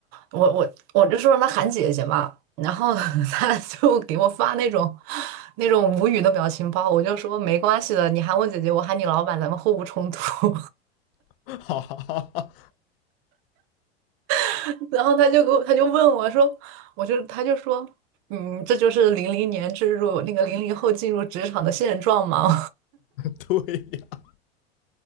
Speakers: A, on the right (about 45°); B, on the left (about 60°).
A: 我我我就说让他喊姐姐嘛，然后 <laughs> 他就给我发那种那种无语的表情包，我就说没关系的，你喊我姐姐，我喊你老板，咱们互不冲突。
B: <laughs> 哈哈哈哈，
A: <laughs> 然后他就给我，他就问我说，我就他就说，嗯，这就是零零年进入那个零零后进入职场的现状嘛。
B: 对呀，